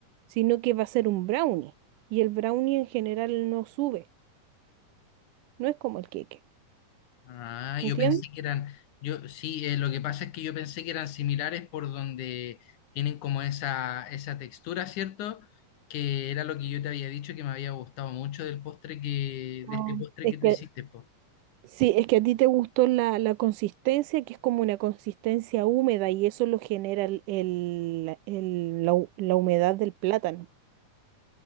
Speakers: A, on the right; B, on the left.
A: sino que va a ser un brownie y el brownie en general no sube, no es como el queque,
B: Ah,
A: ¿entiendes?
B: yo pensé que eran, yo sí, eh, lo que pasa es que yo pensé que eran similares por donde tienen como esa, esa textura, ¿cierto? Que era lo que yo te había dicho que me había gustado mucho del postre que,
A: No.
B: de este postre
A: Es
B: que tú
A: que
B: hiciste, po.
A: sí, es que a ti te gustó la, la consistencia, que es como una consistencia húmeda y eso lo genera el, el- el- la, hu- la humedad del plátano,